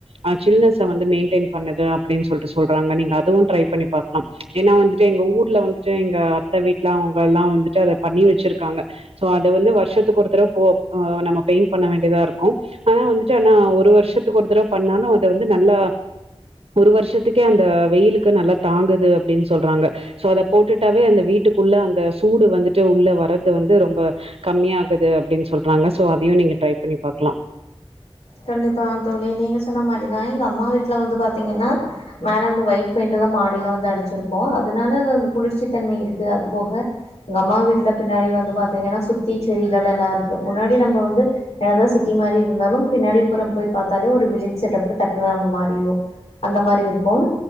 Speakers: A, on the right; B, on the left.
A: ஆ சில்னஸை வந்து மெயின்டெயின் பண்ணது அப்டின்னு சொல்ட்டு சொல்றாங்க நீங்க அதுவு ட்ரை பண்ணி பாக்கலா ஏன்னா வந்துட்டு எங்க ஊர்ல வந்துட்டு எங்க அத்தை வீட்டுல அவங்க எல்லா வந்துட்டு அத பண்ணி வச்சிருக்காங்க சோ அத வந்து வருஷத்துக்கு ஒருத்தடவை போ நம்ம பெயிண்ட் பண்ண வேண்டியதா இருக்கு ஆனா வந்துட்டு ஆனா ஒரு வருஷத்துக்கு ஒரு தடவை பண்ணாலு அதை வந்து நல்லா ஒரு வருஷத்துக்கே அந்த வெயிலுக்கு நல்லா தாங்குது அப்டின்னு சொல்றாங்க சோ அத போட்டுட்டாவே அந்த வீட்டுக்குள்ள அந்த சூடு வந்துட்டு உள்ள வர்றது வந்து ரொம்ப கம்மியாகுது அப்டின்னு சொல்றாங்க சோ அதையு நீங்க ட்ரை பண்ணி பாக்லா
B: கண்டிப்பாம் தோழி நீங்க சொன்ன மாரிதா எங்க அம்மா வீட்ல வந்து பாத்தீங்கன்னா மேல அந்த ஒயிட் பெயிண்ட் தா மாடியிலா வந்து அடிச்சிருக்கோ அதனால அது அந்த குளிர்ச்சித்தன்மை இருக்கு அது போக எங்க அம்மா வீட்ல பின்னாடி வந்து பாத்தீங்கன்னா சுத்தி செடிகளெல்லா இருக்கு முன்னாடி நம்ம வந்து என்னதா சிட்டி மாரி இருந்தாலு பின்னாடிப்புறம் போய் பாத்தாலே ஒரு வில்லேஜ் செட்டப் டக்குன்னு நம்ம மாறிருவோ அந்த மாரி இருக்கும்